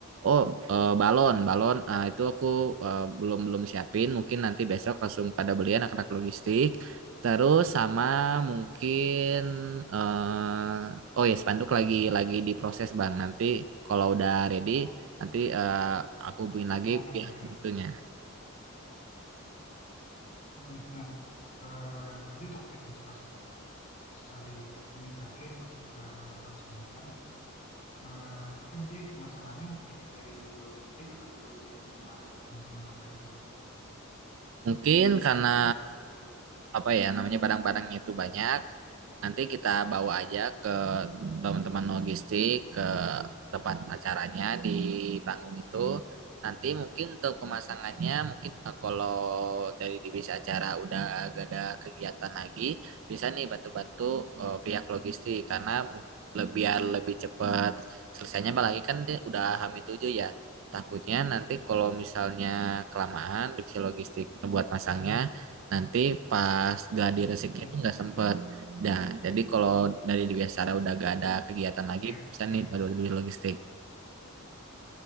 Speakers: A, on the right; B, on the left.
A: Oh, eh, balon, balon. Ah, itu aku eh, belum belum siapin. Mungkin nanti besok langsung pada belian anak-anak logistik. Terus sama mungkin, eh, oh ya spanduk lagi lagi diproses bang. Nanti kalau udah ready, nanti eh, aku hubungin lagi
B: Oke,
A: pihak
B: oke, oke.
A: itunya.
B: Hmm, Nah, eh, nanti untuk teknis pas hari Senin satu Yan, pas kita persiapan eh, itu nanti pemasangannya mungkin dari logistik atau butuh dibantu sama teman-teman acara juga.
A: Mungkin karena apa ya namanya barang-barangnya itu banyak. Nanti kita bawa aja ke teman-teman logistik ke tempat acaranya di panggung itu nanti mungkin untuk pemasangannya mungkin eh, kalau dari divisi acara udah gak ada kegiatan lagi bisa nih bantu-bantu eh, pihak logistik karena mu- le- biar lebih cepat selesainya apalagi kan dia udah hamil tujuh ya takutnya nanti kalau misalnya kelamaan divisi logistik buat masangnya nanti pas gladi resiknya
B: Hmm, hmm,
A: itu
B: hmm.
A: nggak sempet Nah, jadi kalau dari di Biasara udah gak ada kegiatan lagi,
B: Oke,
A: bisa
B: oke.
A: nih baru di logistik.